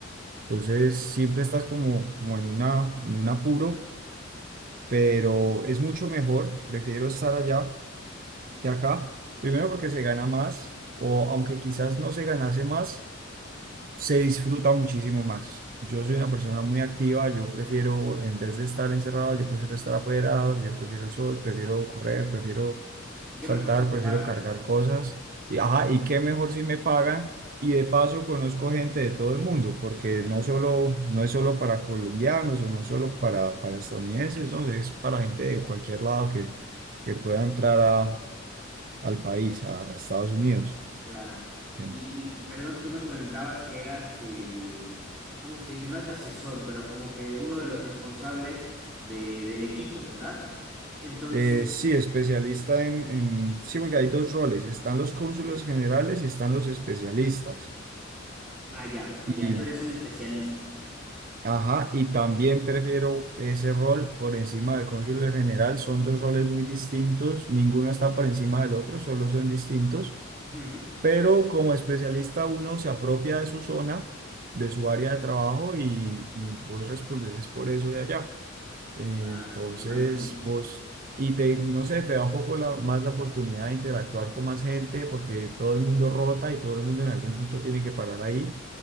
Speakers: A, on the right; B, in the centre.
A: Entonces, siempre estás como, como en una, en un apuro, pero es mucho mejor, prefiero estar allá que acá. Primero porque se gana más, o aunque quizás no se ganase más, se disfruta muchísimo más. Yo soy una persona muy activa, yo prefiero, en vez de estar encerrado, yo prefiero estar afuera, yo prefiero el sol, prefiero correr, prefiero
B: Y qué
A: saltar,
B: mejor si te
A: prefiero
B: pagan.
A: cargar cosas. Y, ajá, y qué mejor si me pagan. Y de paso conozco gente de todo el mundo, porque
B: Claro.
A: no solo, no es solo para colombianos o no es solo para, para estadounidenses, ¿no? Es para gente de cualquier lado que, que pueda entrar a, al país, a, Estados Unidos.
B: Claro.
A: Bien.
B: Y, y, perdón, tú me comentabas que eras el, ¿cómo se dice? No es asesor, pero como que uno de los responsables de- del equipo, ¿verdad? Entonces,
A: Eh, sí, especialista en, en- sí, porque hay dos roles, están los cónsules generales y están los especialistas.
B: allá, allá,
A: Y,
B: tú eres un especialista.
A: ajá, y también prefiero ese rol por encima del cónsul general, son dos roles muy distintos, ninguno está por encima del otro, solo son distintos,
B: Ujú,
A: pero como especialista uno se apropia de su zona, de su área de trabajo y, y vos respondes es por eso de allá. Eh,
B: Claro,
A: Entonces,
B: me imagino.
A: vos, y te, no sé, te da un poco la- más la oportunidad de interactuar con más gente porque todo el mundo rota y todo el mundo en algún punto tiene que parar ahí.